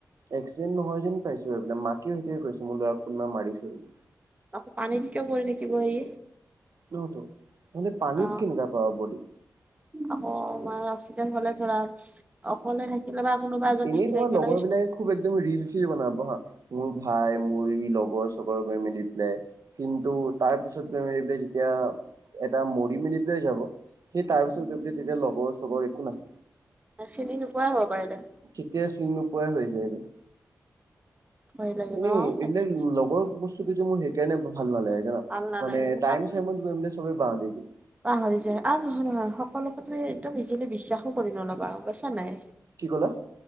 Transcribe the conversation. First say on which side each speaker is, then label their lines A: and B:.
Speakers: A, on the right; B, on the right.
A: এক্সিডেণ্টত নহয় যেন পাইছোঁ, এইাক মাকেও সেইটোৱে কৈছে মোৰ ল'ৰাক কোনবাই মাৰিছে বুলি।
B: আকৌ পানীত কিয় পৰি থাকিব সি?
A: নহত নহ'লে পানীত
B: অ
A: কেনেকা পাব বডী।
B: আকৌ মাৰ অক্সিডেন হ'লে ধৰা, অকলে থাকিলে বা কোনোবা এজন
A: এনেই
B: থাকিলে
A: তোমাৰ
B: একেলগে
A: লগৰ বিলাকে খুব একদম ৰিল চিল বনাব হা, মোৰ ভাই মোৰ ই লগৰ চগৰ গৈ মিলি পেলাই। কিন্তু, তাৰ পিছত <inaudible> যেতিয়া এটা মৰি মেলি পেলাই যাব, সেই তাৰ পিছত গৈ মেলাই তেতিয়া লগৰ চগৰ একো নাই।
B: চিনি নোপোৱাই হ'ব পাৰিলে।
A: কেতিয়া চিনি নোপাই হৈ যায়গৈ।
B: ভয় লাগে
A: আপুনি
B: ন আজি,
A: এনে এইবিলাক লগৰ বস্তুটো যে মোৰ সেইকাৰণে ভাল নালাগে।
B: ভাল নালাগে
A: মানে টাইম
B: তাক
A: চাইম গৈ মানে চবে বহ দি দিয়ে।
B: পাহৰি যায়, আৰু নহয় নহয় সকলোকো তু একদম ইজিলি বিশ্বাসো কৰি নলবা পাইছা নাই।
A: কি ক'লা?